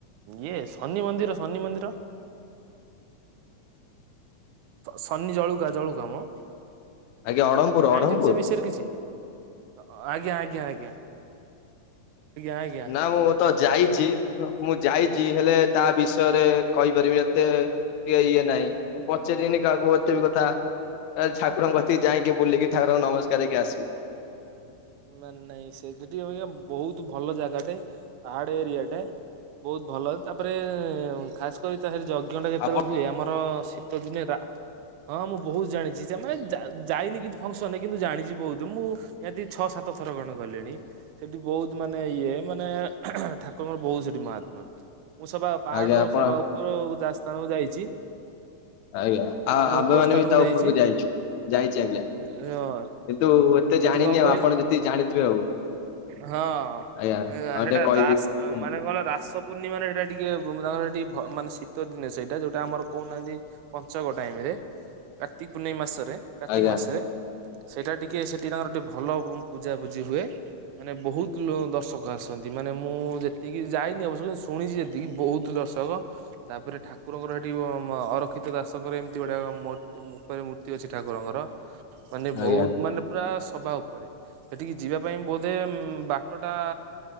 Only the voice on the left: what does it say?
ଆଜ୍ଞା ଅଢମପୁର
ଅଢମପୁର
ନା ମୁଁ ତ ଯାଇଚି ମୁଁ ଯାଇଚି ହେଲେ ତା ବିଷୟରେ କହିପାରିବି
ଏତେ ଟିକେ ଇଏ ନାଇଁ ପଚାବିରିନି କାହାକୁ ଏତେ ବି କଥା ତା ଛା ଠାକୁରଙ୍କ କତିକି
ଯାଇଁକି ବୁଲିକି ଠାକୁରଙ୍କୁ ନମସ୍କାର ହେଇକି ଆସିବି।
ଆପଣ
ଆଜ୍ଞା ଆପଣ
ଆଜ୍ଞା
ଆଉ ଆମେମାନେ
ବି ତା
ଉପରକୁ ଯାଇଛୁ ଯାଇଛି ଆଜ୍ଞା। କିନ୍ତୁ
ଏତେ
ଜାଣିନି
ଆଉ ଆପଣ ଯେତିିକି ଜାଣିଥିବେ ଆଉ।
ଆଜ୍ଞା ହଁ
ଟିକେ କହିଦେ
କୁହନ୍ତୁ
ଆଜ୍ଞା
ଆଜ୍ଞା